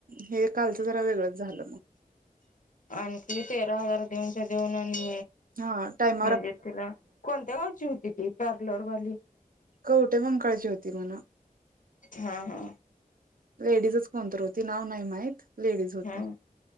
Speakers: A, on the right; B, on the left.
A: हे कालचं जरा, वेगळंच झालं.
B: आणखी तेरा हजार देऊनच्या देऊन आणि
A: हा, टाइम
B: म्हणजे तिला, कोणत्या गावची होती ती पार्लरवाली?
A: कवठे म्हंकाळची, होती म्हणं.
B: हा हा.
A: लेडीजच कोणतर होती. नाव नाही माहित, लेडीज होती.
B: हा